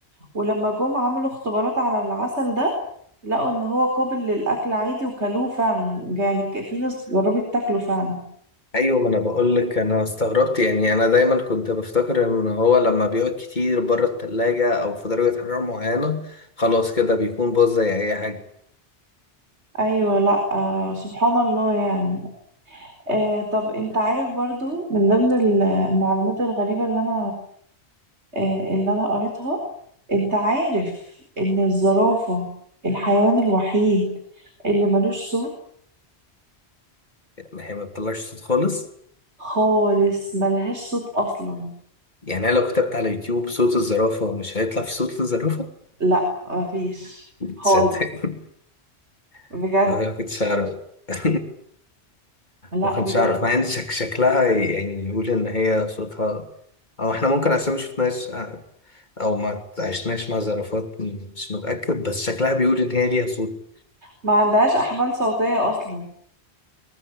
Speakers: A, on the right; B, on the left.
A: ولما جم عملوا اختبارات على العسل ده لقوا ان هو قابل للأكل عادي وكلوه فعلا يعني ك- في ناس جربت تاكله فعلا
B: ايوه ما انا بقول لك انا استغربت يعني انا دايما كنت بفتكر ان هو لما بيقعد كتير بره التلاجة او في درجة حرارة معينة خلاص كده بيكون باظ زي اي حاجة
A: ايوه لا آه سبحان الله يعني آه طب انت عارف برضو من ضمن المعلومات الغريبة اللي انا آه، اللي أنا قريتها أنت عارف إن الزرافة الحيوان الوحيد اللي ملوش صوت
B: يعني هي ما بتطلعش صوت خالص
A: خالص ملهاش صوت أصلا
B: يعني انا لو كتبت على يوتيوب صوت الزرافة مش هيطلع في صوت الزرافة
A: لا مفيش خالص
B: تصدق
A: بجد
B: <laughs> أه، ما كنتش اعرف <laughs>
A: لا
B: ما كنتش
A: بجد
B: اعرف مع ان شك شكلها يعني يقول ان هي صوتها او احنا ممكن عشان ما شفناش او ما عشناش مع زرافات مش متأكد بس شكلها بيقول ان هي ليها صوت
A: ما عندهاش أحبال صوتية أصلا